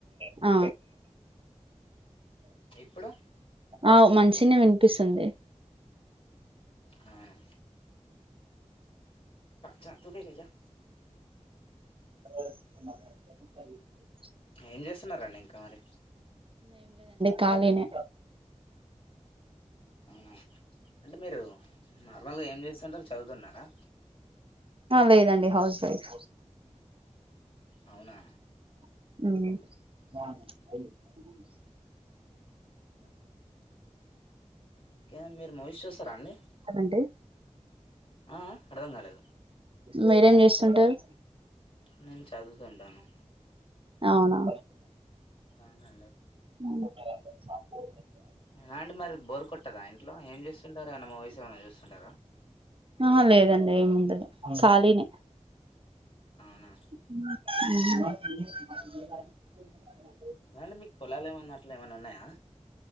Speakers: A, on the right; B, on the left.
A: అ
B: ఇప్పుడు
A: ఆ మంచినే వినిపిస్తుంది
B: ఉమ్ జ తూ క క
A: <unintelligible>
B: ఏం చేస్తున్నడి ఇంకా మరి
A: కాాలనే
B: అవునా అంటే మీరు నార్మల్గా ఏం చేస్తుంటారు చదుతున్నారా
A: లేదండి హౌస్ వైఫ్
B: అవునా
A: అవు <unintelligible>
B: ఏ మీరు మోహేష్ చూస్తారా అండి
A: అదండి
B: ఆ అర్థం కాలేదు
A: మీరేం చేస్తుంటారు
B: నేను చదువుతుంటాను
A: అవునా
B: అవునండి
A: అ
B: ఎలా అండి మరి బోర్ కొట్టదా ఇంట్లో ఏం చూస్తుంటారు ఏమైన్నా మూవీస్ ఏమన్నా చూస్తుంటారా
A: ఆ లేదండి ఏముండదు కలిన్ ఉమ్
B: అవునా
A: అ
B: అదండి మీకు పొలాలు ఏమన్నా అట్లా ఏమన్నా ఉన్నాయా